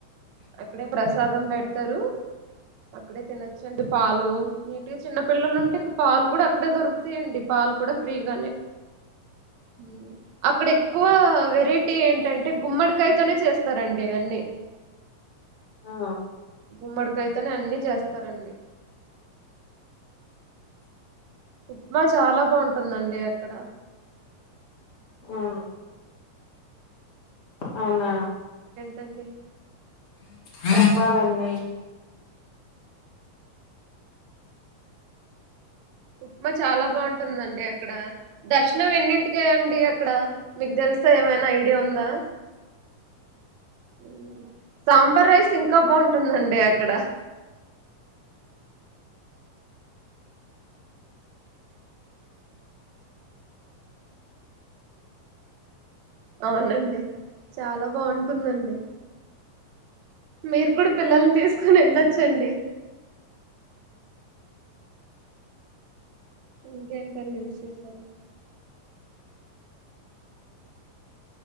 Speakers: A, on the right; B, on the left.
A: అక్కడే ప్రస్ ప్రసాదం పెడతారు అక్కడే తినచ్చండి పాలు నీట్గా చిన్న పిల్లలు ఉంటే ఇంకా పాలు కూడా అక్కడే దొరుకుతాయండి పాల్ కూడా ఫ్రీగానే ఉ అక్కడ ఎక్కువ వెరైటీ ఏంటన్ గుమ్మడి కాయతోనే చే స్తారండి అన్ని
B: ఆ
A: గుమ్మడికాయితోనే అన్ని చేస్తారండి ఉప్మా చాలా బాగుంటుందండి అక్కడ
B: ఉమ్. అవునా
A: టండీ
B: చెప్పాలండి
A: ఉప్మా చాలా బాగుంటుందండి అక్కడ దర్శనం ఎన్నింటికే అండి అక్కడ మీకు తెలుసా ఏమైనా ఐడియా ఉందా ఉ సాంబార్ రైస్ ఇంకా బాగుంటుందండి అక్కడ అవునండి చాలా బాగుంటుందండి మీరు కూడా పిల్లల్ని తీసుకొని వెళ్ళొచ్చండి ఇంకేంటండి విశేషాలు